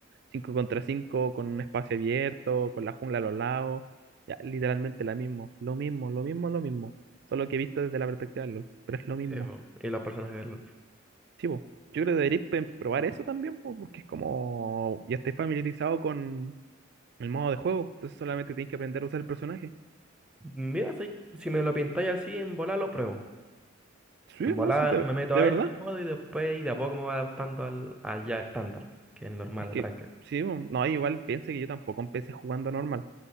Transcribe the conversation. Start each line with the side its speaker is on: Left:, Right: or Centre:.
Right: 5 contra 5 con un espacio abierto, con la jungla a los lados. Ya, literalmente la mismo. Lo mismo, lo mismo, lo mismo. Solo que he visto desde la perspectiva de LOL. Pero es lo mismo.
Centre: Sí, po. Y los personajes del LoL.
Right: Sí, po. Yo creo que deberíais pe- probar eso también, po, porque es como ya estáis familiarizado con el modo de juego. Entonces solamente tienes que aprender a usar el personaje.
Centre: Mira, si, si me lo pintáis así en bola, lo pruebo.
Right: Sí,
Centre: En volada
Right: no, sí, de,
Centre: me meto
Right: de
Centre: a
Right: verdad.
Centre: ese modo y después y de a poco me voy adaptando al, al ya estándar, que es el normal,
Right: Es que,
Centre: el ranked.
Right: sí, bueno, no, igual piense que yo tampoco empecé jugando normal.